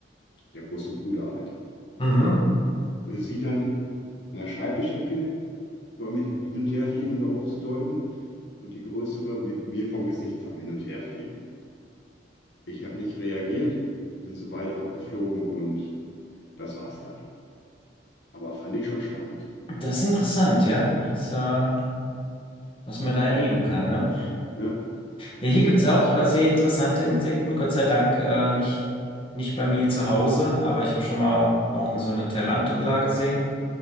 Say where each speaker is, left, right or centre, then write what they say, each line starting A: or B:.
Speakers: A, on the left; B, on the left.
A: der große Bruder halt.
B: Mhm.
A: Sie dann an der Schreibtischecke, so am Hin Hin- und Herfliegen, um darauf zu deuten, und die größere mi- mir vom Gesicht am Hin- und Herfliegen. Ich habe nicht reagiert, sind so beide abgeflogen und das war's dann. Aber fand ich schon spannend.
B: Das ist interessant, ja, das, äh, was man da erleben kann, ne?
A: Ja,
B: Ja, hier gibt's auch äh, sehr interessante Insekten, Gott sei Dank äh, nicht, nicht bei mir zu Hause, aber ich habe schon mal auch eine, so eine Tarantula gesehen.